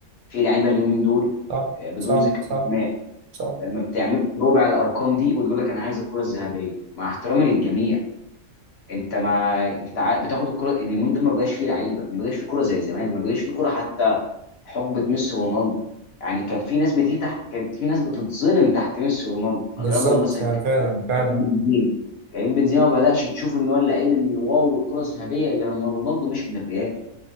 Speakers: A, on the left; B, on the right.
A: في لعيبه اليومين دول
B: صح
A: آه، بدون
B: صح
A: ذكر
B: صح
A: اسماء
B: صح
A: آه، ما بتعملش ربع الارقام دي وتقول لك انا عايز الكره الذهبيه مع احترامي للجميع انت ما انت ع- بتاخد الكره اليومين دول ما بقاش فيه لعيبه ما بقاش فيه كره زي زمان ما بقاش فيه كره حتى حقبه ميسي ورونالدو يعني كان في ناس بتيجي تحت كانت في ناس بتتظلم تحت ميسي ورونالدو
B: بالظبط
A: اقربهم مثلا
B: يعني
A: كان
B: فعلا فعلا
A: بنزيما كريم بنزيما ما بدأش تشوف ان هو اللعيب الواو والكره الذهبيه اللي لما رونالدو مشي للريال